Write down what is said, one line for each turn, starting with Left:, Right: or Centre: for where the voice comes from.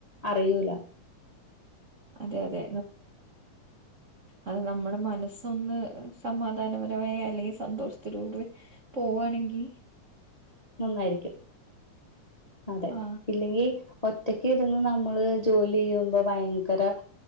Left: അറീയൂല
Right: അതെ അതെ അത് നമ്മുടെ മനസ്സ് സ് ഒന്ന് സമാധാന പരമായി അല്ലേൽസന്തോഷത്തിലൂടെ പോകാനകി
Left: നന്നായിരിക്കും അതേ
Right: ആ
Left: ഇല്ലകിൽ ഒറ്റക്കിരുന്നു നമ്മൾ ജോലി ചെയ്യുമ്പോള് ഭയങ്കര